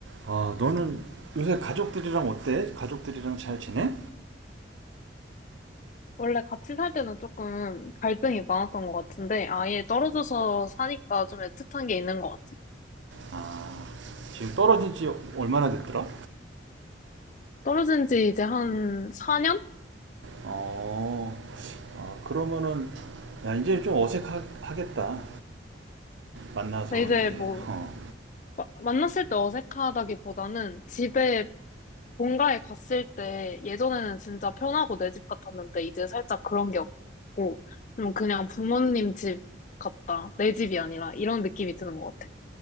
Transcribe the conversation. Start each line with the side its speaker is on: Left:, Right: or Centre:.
Right: 아, 너는 요새 가족들이랑 어때? 가족들이랑 잘 지내?
Left: 원래 같이 살 때는 조금 갈등이 많았던 것 같은데, 아예 떨어져서 사니까 좀 애틋한 게 있는 것 같아.
Right: 아, 지금 떨어진 지 얼마나 됐더라?
Left: 떨어진 지 이제 한 4년?
Right: 어, 아, 그러면은, 야, 이제 좀 어색하겠다. 만나서
Left: 근데 이제
Right: 이제,
Left: 뭐,
Right: 어,
Left: 마- 만났을 때 어색하다기보다는 집에 본가에 갔을 때 예전에는 진짜 편하고 내 집 같았는데, 이제 살짝 그런 게 없고, 좀 그냥 부모님 집 같다. 내 집이 아니라 이런 느낌이 드는 것 같아.